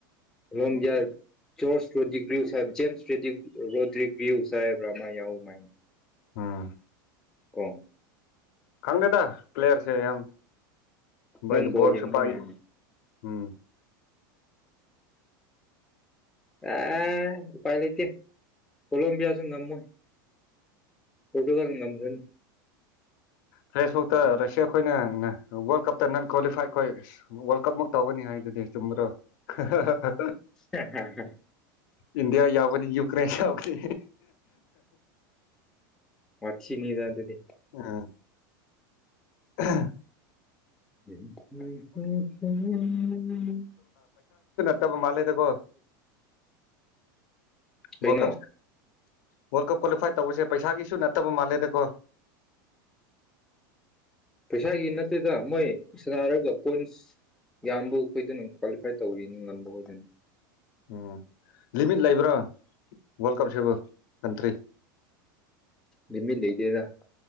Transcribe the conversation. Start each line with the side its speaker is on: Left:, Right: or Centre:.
Centre: ꯔꯣꯝꯌꯔ ꯁꯣꯔꯁ ꯗꯤꯒ꯭ꯔꯤ ꯌꯨꯁ ꯖꯦꯝꯁꯗ ꯗꯤꯒ꯭ꯔꯤ ꯋꯔꯗꯔꯤꯒ꯭ꯌꯎ ꯍꯥꯏꯕ ꯑꯃ ꯌꯥꯎ ꯃꯥꯏ
Left: ꯑꯥ
Centre: ꯑꯣ
Left: ꯈꯪꯗꯦꯗ ꯄꯦꯌꯥꯔꯁꯦ ꯌꯥꯝ ꯃꯣꯏꯗ
Centre: ꯅꯪꯪ ꯕꯣꯜ
Left: ꯕꯣꯜꯁꯨ
Centre: ꯍꯦꯡꯕ
Left: ꯄꯥꯏ
Centre: ꯃꯃꯤ
Left: ꯎꯝ
Centre: ꯑꯦ ꯎꯥꯄꯥꯢ ꯂꯩꯇꯦ ꯀꯣꯂꯝꯕꯤꯌꯥꯁꯨ ꯉꯝꯃꯣꯏ ꯄꯣꯔꯇꯨꯒꯟ ꯉꯝꯈ꯭ꯔꯅꯤ
Left: ꯐꯦꯁꯕꯨꯛꯇ ꯔꯁꯤꯌꯥ ꯈꯣꯏꯅ ꯋꯥꯔꯜ ꯀꯞꯇ ꯅꯟ ꯀ꯭ꯋꯥꯂꯤꯐꯥꯏ ꯈꯣꯏ ꯋꯥꯔꯜ ꯀꯞꯃꯛ ꯇꯧꯒꯅꯤ ꯍꯥꯏ ꯑꯗꯨꯗꯤ ꯆꯨꯝꯕꯔꯣ ꯍꯥ ꯍꯥ ꯍꯥ
Centre: ꯍꯦ ꯍꯦ ꯍꯦ
Left: ꯏꯟꯗꯤꯌꯥ ꯌꯥꯕꯗꯤ ꯌꯨꯀ꯭ꯔꯦꯟ ꯌꯥꯎꯚꯤ
Centre: ꯋꯥꯊꯤꯅꯤꯗ ꯑꯗꯨꯗꯤ
Left: ꯑꯥ ꯑꯥ ꯍꯥ
Centre: ꯍꯝ ꯍꯝ ꯍꯝ ꯍꯝ
Left: ꯇ ꯃ ꯃꯥꯂꯦꯗ ꯀꯣ
Centre: ꯀꯩꯅꯣ
Left: ꯋꯥꯔꯜꯀꯞ ꯋꯥꯔꯜ ꯀꯞ ꯀ꯭ꯋꯥꯂꯤꯐꯥꯏ ꯇꯧꯕꯁꯦ ꯄꯩꯁꯥꯒꯤꯁꯨ ꯅꯠꯇꯕ ꯃꯥꯜꯂꯦꯗꯀꯣ
Centre: ꯄꯩꯁꯥꯒꯤ ꯅꯠꯇꯦꯗ ꯃꯣꯏ ꯁꯥꯟꯅꯔꯒ ꯄꯣꯏꯟꯁ ꯌꯥꯝꯕꯨ ꯑꯩꯈꯣꯏꯗꯅ ꯀ꯭ꯋꯥꯂꯤꯐꯥꯏ ꯇꯧꯔꯤꯅꯤ ꯉꯝꯕ ꯍꯣꯏꯗꯣꯏꯅ
Left: ꯎꯝ ꯂꯤꯃꯤꯠ ꯂꯩꯕ꯭ꯔꯣ ꯋꯥꯔꯜ ꯀꯞꯁꯤꯕꯨ ꯀꯟꯇ꯭ꯔꯤ
Centre: ꯂꯤꯃꯤꯠ ꯂꯩꯗꯦꯗ